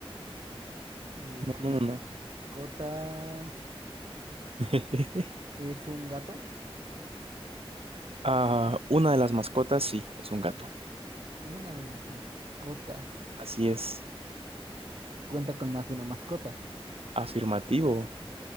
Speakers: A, on the right (about 55°); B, on the right (about 70°).
A: Eh,
B: No,
A: su
B: no,
A: mascota
B: no. no. <laughs>
A: es un gato.
B: Ah, una de las mascotas, sí, es un gato.
A: Una de las mascotas
B: Así es.
A: cuenta con más de una mascota.
B: Afirmativo.